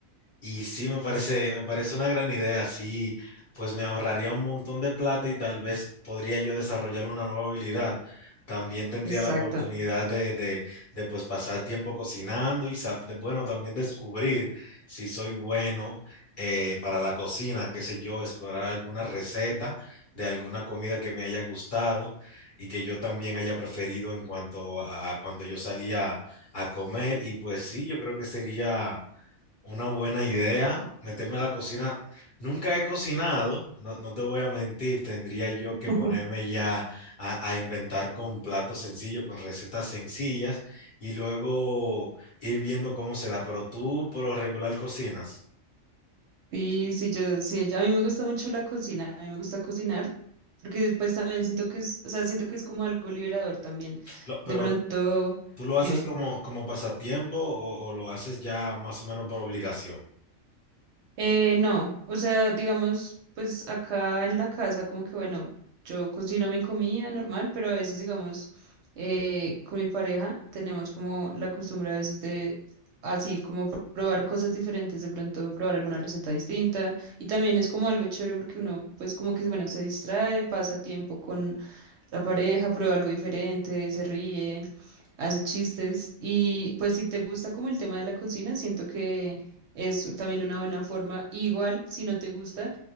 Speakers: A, on the left; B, on the right.
A: Y sí, me parece, me parece una gran idea. Sí, pues me ahorraría un montón de plata y tal vez podría yo desarrollar una nueva habilidad. También tendría
B: Exacto.
A: la oportunidad de, de, de, pues pasar tiempo cocinando y, sa- de- bueno, también descubrir si soy bueno eh, para la cocina, qué sé yo, explorar alguna receta de alguna comida que me haya gustado y que yo también haya preferido en cuanto a, a cuando yo salía a comer. Y pues sí, yo creo que sería una buena idea, meterme a la cocina. Nunca he cocinado, no, no te voy a mentir, tendría yo
B: <laughs>
A: que ponerme ya a, a inventar con platos sencillos, con recetas sencillas y luego ir viendo cómo se da. Pero tú por lo regular cocinas.
B: Sí, sí, yo, sí, ya- a mí me gusta mucho la cocina, a mí me gusta cocinar, porque después también siento que es, o sea, siento que es como algo liberador también.
A: Lo-
B: De
A: pero
B: pronto,
A: tú lo haces
B: dime.
A: como, como pasatiempo o, o lo haces ya más o menos por obligación.
B: Eh, no, o sea, digamos, pues acá en la casa, como que bueno, yo cocino mi comida normal, pero a veces, digamos, eh, con mi pareja tenemos como la costumbre a veces de, así, como pr- probar cosas diferentes, de pronto probar alguna receta distinta. Y también es como algo chévere porque uno, pues como que, bueno, se distrae, pasa tiempo la pareja prueba algo diferente, se ríe, hace chistes y pues si te gusta como el tema de la cocina, siento que es también una buena forma. Igual, si no te gusta,